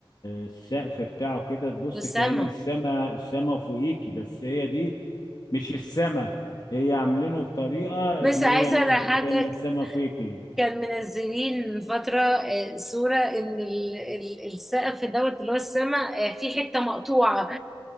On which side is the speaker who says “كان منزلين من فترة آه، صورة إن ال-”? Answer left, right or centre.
Centre